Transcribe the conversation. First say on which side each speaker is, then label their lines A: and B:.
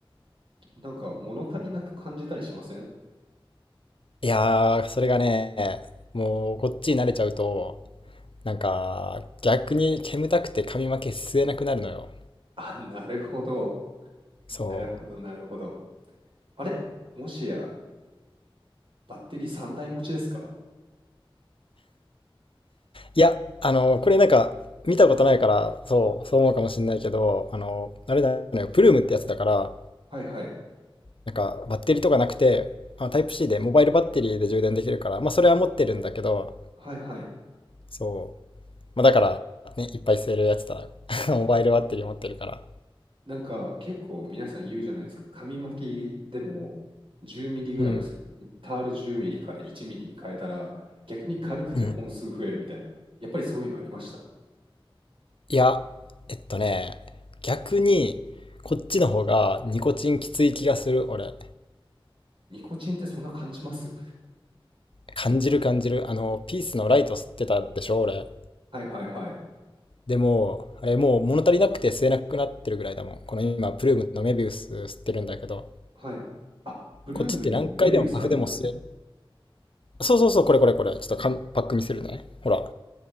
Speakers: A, on the right; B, on the left.
A: なんか物足りなく感じたりしません
B: いやー、それがね、もうこっちに慣れちゃうと、なんか、逆に煙たくて髪の毛吸えなくなるのよ。
A: あ、なるほど。
B: そう。
A: なるほど、なるほど。あれ、もしや、バッテリー3台持ちですか
B: いや、あの、これなんか、見たことないから、そう、そう思うかもしれないけど、あの、あれだよね、プルームってやつだから、
A: はいはい。
B: なんか、バッテリーとかなくて、まあタイプ C で、モバイルバッテリーで充電できるから、まあ、それは持ってるんだけど、
A: はいはい。
B: そう。まあ、だから、ね、いっぱい吸えるやつだよ <laughs>。モバイルバッテリー持ってるから。
A: なんか結構皆さん言うじゃないですか。紙巻きでも1 0ラムす、
B: うん。
A: タール1 0ミリから1ミリに変えたら逆に軽くて本数増えるみたいな。
B: うん。
A: やっぱりそういうのありました
B: いや、えっとね、逆に、こっちの方がニコチンきつい気がする、俺。
A: ニコチンってそんな感じます
B: 感じる感じる。あの、ピースのライト吸ってたでしょ、俺。
A: はいはいはい。
B: でも、あれもう物足りなくて吸えなくなってるぐらいだもん。この今、プルームのメビウス吸ってるんだけど、
A: はい。あ、ブルームにもメビウスあるんですね。
B: こっちって何回でもパフでも吸える。そうそうそう、これこれこれ。ちょっとかんパック見せるね。ほら。